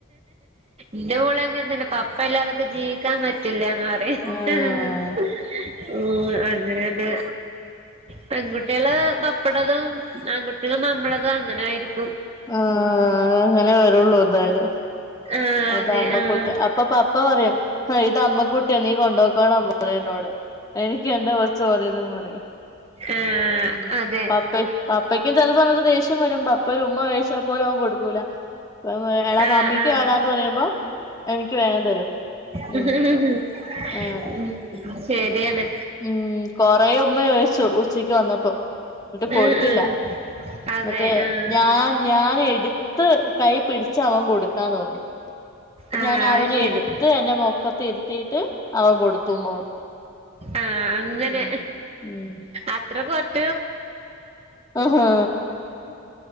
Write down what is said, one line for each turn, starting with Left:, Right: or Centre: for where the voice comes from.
Right: ന്റെ മോള അങ്ങനതന്നെയാ പപ്പ ഇല്ലാതൊക്കെ ജീവിക്കാൻ പറ്റില്ലന്ന് പറ, <unintelligible>
Left: ആഹ്
Right: മ് അങ്ങനെന്നെ പെൺകുട്ടികള് പപ്പടേതും ആൺകുട്ടികൾ നമ്മടെതും അങ്ങനെ ആയിരിക്കും
Left: ആഹ് അങ്ങനെ വരുള്ളൂ എന്തായാലും
Right: ആഹ്
Left: അത,,
Right: അതെ
Left: അമ്മക്കൂട്ടി
Right: ആഹ്
Left: അപ്പ അപ്പ പറയും ഇത് അമ്മക്കുട്ടിയ നീ കൊണ്ടകോളപറയും എന്നോട് എനിക്ക് എന്റെ കൊച് മതിന്ന് പറയും
Right: ആഹ്
Left: മ്
Right: അതെ
Left: പപ്പ പാപ്പയ്ക്കും ചില സമയത്ത് ദേഷ്യം വരും പപ്പൊരു ഉമ്മ ചോദിച്ചാൽ പോലും അവൻ കൊടുക്കൂല ഇപ്പം എടാ
Right: ആഹ്
Left: മമ്മിക്ക്
Right: ആഹ്
Left: തടാന്ന് പറയുമ്പോ എനിക്ക് വേഗം തരും
Right: ഹ്
Left: ഉം
Right: ഹ് ഹ്
Left: അങ്ങനെ
Right: മ് ശരിയാണ്
Left: മ് കൊറെ ഉമ്മ ചോദിച്ചു ഉച്ചയ്ക്ക് വന്നപ്പോ ന്നിട്ട് കൊടുത്തില്ല
Right: ഉം ഉം അതെ
Left: ന്നിട്ട്
Right: ആഹ്
Left: ഞാൻ ഞാൻ എടു ത്ത് കൈ പിടിച് അവൻ കൊടുക്കാന്ന് പറഞ്ഞു
Right: ആഹ്
Left: ഞാൻ അവനെ
Right: അത് ശരി
Left: എടുത്ത് എന്റെ മൊ ക്കത്ത്രുത്തിട്ട് അവൻ കൊടുത്തുമ്മ കൊടുത്തു
Right: ആഹ അങ്ങനെ
Left: ഉം ഉം
Right: അത്ര കൊ <unintelligible>
Left: ആഹാ